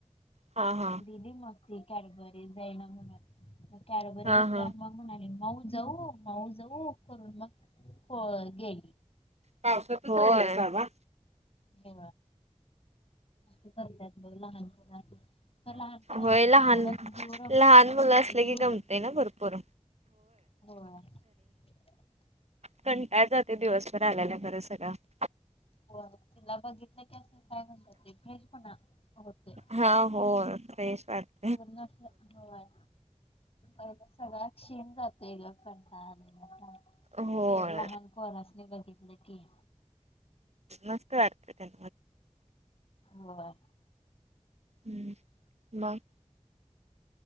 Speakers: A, on the right; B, on the left.
A: हां हां
B: दीदी मंग कॅडबरी जै नां म्हणां कॅडबरी
A: हा
B: घेतल्यां
A: हा.
B: मंग म्हणांली माऊं जाऊं माऊं जाऊं करूंन मं व्ग पर गें
A: पावसांत हो आहे बाबां
B: हो चालतंय बघं लहानंपोरं <unintelligible> लहानंपोरांत
A: होय लहान
B: तेवढांच जीव रमतोयं
A: लहान मुलं असले
B: जीव
A: की गमते
B: रमतोयं
A: ना भरपूर
B: नं. हो <unintelligible>
A: पणं कायं जाते दिवसंभर आल्यांला खरं सगळं
B: हो तिलां बघितलं की असं कायं म्हणतं भेज पणं होते
A: हां होयं <inaudible> <unintelligible>
B: पूर्ण होयं पहिल सगळ्यां शिणं जातोयं गं कंटाळा आलांय
A: होय
B: लहांन मुलालां बघितलं कीं कीं
A: मस्तं वाटतं
B: होयं
A: हम्मं मंग?